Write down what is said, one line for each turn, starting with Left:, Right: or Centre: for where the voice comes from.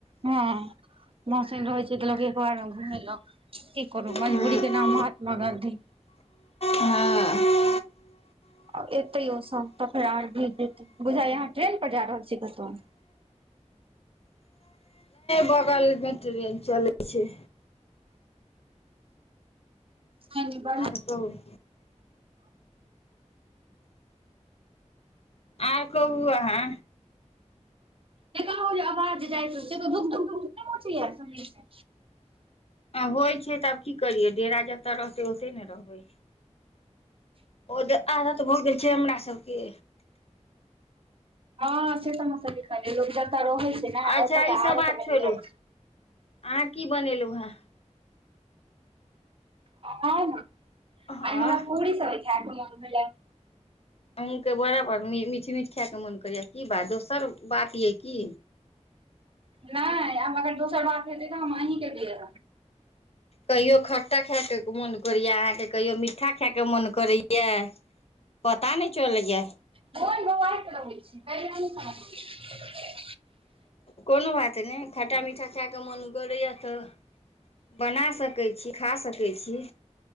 Right: हँ मसिन रहै छै तऽ लोक एक बार घुमेलक की करू मजबूरी
Left: हँ
Right: के नाम महात्मा गांधी
Left: हँ
Right: आ एतै ओ सब तऽ फेर आर भीज जेतै बुझाइये अहाँ ट्रेन पर जा रहल छी कतहु
Left: बगल मे ट्रेन चलैत छै
Right: नहि <unintelligible> ने ब
Left: हूंम्म आर कहु आहाँ
Right: केकरो जे आवाज जाइ से धुक धुक धुक <unintelligible> नइ मचैय
Left: होइ छै तऽ आब की करियै डेरा जतऽ रहतै ओते ने रहबै ओजे आदत भऽ गेल छै हमरा सबके
Right: हँ से तऽ ने <unintelligible> सबिखल लोक जतऽ रहै छै ने
Left: अच्छा
Right: ओतय
Left: ई
Right: तऽ
Left: सब
Right: आरे
Left: बात
Right: नहि
Left: छोड़ू
Right: जाइ छै
Left: अहाँ की बनेलहु हेँ
Right: हम
Left: हँ
Right: आय हमरा पूरी सब्जी खाय के मोन केलक
Left: हमहुँके बड़ बर मीठ मीठ खायके मोन करैय की बात दोसर बात यइ की
Right: नहि आब अगर दोसर बात है तऽ हम अहीकेे लियै
Left: कहियो खट्टा खायएके मोन करै यऽ अहाँके कहियो मीठा खायके मोन करै य पता नइ चलैय
Right: <unintelligible>
Left: कोनो बात नइ खट्टा मीठा खाय कऽ मोन करैया तऽ बना सकै छी खा सकै छी